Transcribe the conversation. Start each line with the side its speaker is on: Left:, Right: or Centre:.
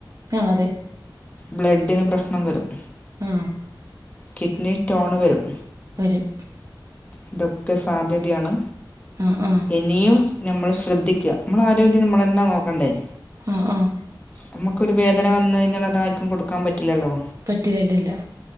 Right: ആ അതെ
Left: ബ്ലഡിന് പ്രശ്നം വരും.
Right: ഉം
Left: കിഡ്നി സ്ടോണ് വരും.
Right: വരും.
Left: ഇതൊക്കെ സാധ്യതയാണ്.
Right: ആ ആ
Left: ഇനിയും നമ്മൾ ശ്രദ്ധിക്ക നമ്മൾ ആരോഗ്യം നമ്മള്നോ നോക്കണ്ടേ?
Right: ആഹ് ആഹ്
Left: നമ്മുക്കൊരു വേദന വന്ന്കയിഞ ആർക്കും കൊടുക്കാൻ പറ്റില്ലല്ലോ
Right: പറ്റി എല്ലില്ല.